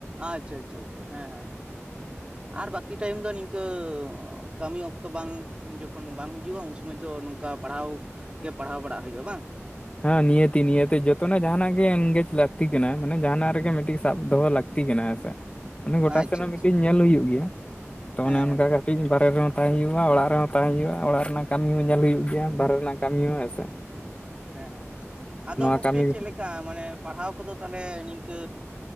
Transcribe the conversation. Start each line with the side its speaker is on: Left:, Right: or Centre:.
Right: ᱟᱻ ᱪᱷᱮ ᱪᱷᱮ ᱪᱷᱮ ᱦᱮᱸ ᱦᱮᱸ ᱦᱮᱸ᱾ ᱟᱨ ᱵᱟᱹᱠᱤ ᱴᱟᱭᱤᱢ ᱫᱚ ᱱᱤᱝᱠᱟᱹ ᱠᱟᱹᱢᱤ ᱚᱠᱛᱚ ᱵᱟᱝ ᱡᱚᱠᱷᱚᱱ ᱵᱟᱝ ᱦᱤᱡᱩᱜᱼᱟ ᱩᱱ ᱥᱚᱢᱚᱭ ᱫᱚ ᱚᱱᱠᱟ ᱯᱟᱲᱦᱟᱣ ᱜᱮ ᱯᱟᱲᱦᱟᱣ ᱵᱟᱲᱟᱜ ᱦᱩᱭᱩᱜᱼᱟ ᱵᱟᱝ?
Left: ᱦᱮᱸ ᱱᱤᱭᱟᱹᱛᱤ ᱱᱤᱭᱟᱹᱛᱮ ᱡᱚᱛᱚᱱᱟᱜ ᱡᱟᱦᱟᱱᱟᱜ ᱜᱮ ᱮᱱᱜᱮᱡ ᱞᱟᱹᱠᱛᱤ ᱠᱟᱱᱟ ᱢᱟᱱᱮ ᱡᱟᱦᱟᱸᱱᱟᱜ ᱨᱮᱜᱮ ᱢᱤᱫᱴᱤᱡ ᱥᱟᱵ ᱫᱚᱦᱚ ᱞᱟᱹᱠ ᱛᱤ ᱠᱟᱱᱟ ᱦᱮᱸᱥᱮ ᱚᱱᱮ ᱜᱚᱴᱟᱥᱮᱱ
Right: ᱟᱪᱪᱷᱟ
Left: ᱦᱚᱸ
Right: ᱟᱪᱪᱷᱟ
Left: ᱢᱤᱫᱴᱤᱱ ᱧᱮᱞ ᱦᱩᱭᱩᱜ ᱜᱮᱭᱟ ᱛᱚ
Right: ᱦᱮᱸ
Left: ᱚᱱᱮ ᱚᱱᱠᱟ
Right: ᱦᱮᱸ ᱦᱮᱸ
Left: ᱜᱮ ᱦᱟᱹᱴᱤᱡ ᱵᱟᱨᱮ ᱨᱮᱦᱚ, ᱛᱟᱭ ᱦᱩᱭᱩᱜᱼᱟ ᱚᱲᱟᱜ ᱨᱮᱦᱚᱸ ᱛᱟᱭ ᱦᱩᱭᱩᱜᱼᱟ ᱚᱲᱟᱜ ᱨᱮᱱᱟᱜ ᱠᱟᱹᱢᱤ <inaudible> ᱧᱮᱞ ᱦᱩᱭᱩᱜ ᱜᱮᱭᱟ ᱵᱟᱨᱦᱨᱮ ᱨᱮᱱᱟᱜ ᱠᱟᱹᱢᱤ ᱦᱚᱸ ᱦᱮᱸ ᱥᱮ᱾
Right: ᱦᱮᱸ ᱦᱮᱸ ᱟᱫᱚ ᱜᱚᱝᱠᱮ
Left: ᱠᱟᱹᱢᱤ
Right: ᱪᱮᱞᱮᱠᱟ ᱢᱟᱱᱮ ᱯᱟᱲᱦᱟᱣ ᱠᱚᱫᱚ ᱛᱟᱦᱚᱞᱮ ᱱᱤᱝᱠᱟᱹ